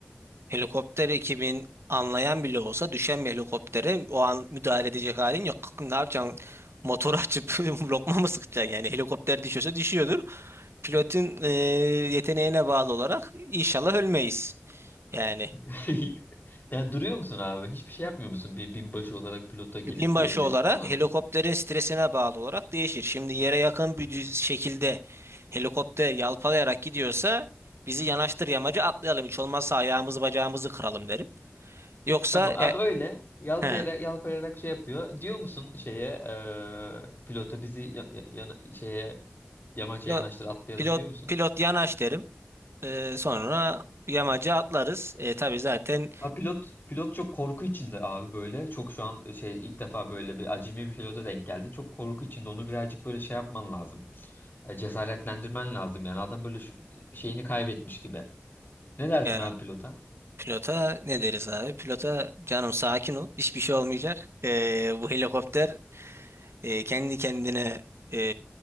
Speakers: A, on the right; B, on the left.
A: Helikopter ekibin anlayan bile olsa düşen bir helikoptere o an müdahale edecek halin yok. Kalkın Ne yapacaksın? motor açıp <laughs> lokma mı sıkacaksın? Yani helikopter düşüyorsa düşüyordur. Pilotun e, yeteneğine bağlı olarak inşallah ölmeyiz. Yani.
B: <laughs> Ya duruyor musun abi hiçbir şey yapmıyor musun bir binbaşı olarak pilota gelip
A: Binbaşı
B: bir emret
A: olarak
B: falan
A: helikopterin stresine bağlı olarak değişir. Şimdi yere yakın bir düz- şekilde helikopter yalpalayarak gidiyorsa bizi yanaştır yamacı atlayalım. Hiç olmazsa ayağımızı bacağımızı kıralım derim. Yoksa
B: Tamam abi
A: e,
B: öyle. Yalpayarak,
A: he,
B: yalpayarak şey yapıyor. Diyor musun şeye e, pilota bizi ya- ya- yana- şeye yamaca
A: pilo-
B: yanaştır atlayalım
A: pilot,
B: diyor musun?
A: pilot, yanaş derim. E, sonra yamacı atlarız. E, tabii zaten
B: Ha, pilot pilot çok korku içinde abi böyle. Çok şu an şey ilk defa böyle bir acemi bir pilota denk geldi. Çok korku içinde onu birazcık böyle şey yapman lazım. E, Cesaretlendirmen lazım yani. Adam böyle şu- şeyini kaybetmiş gibi. Ne dersin
A: e,
B: abi pilota?
A: pilota ne deriz abi? Pilota canım sakin ol. Hiçbir şey olmayacak. E, bu helikopter E, kendi kendine e,